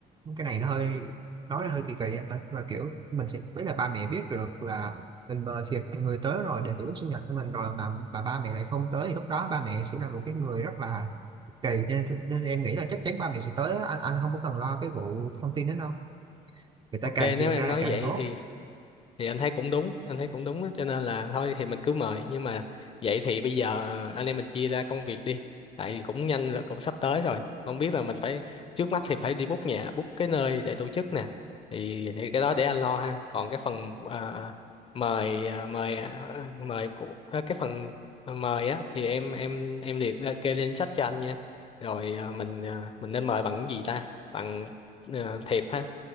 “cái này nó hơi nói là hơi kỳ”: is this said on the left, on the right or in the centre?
Right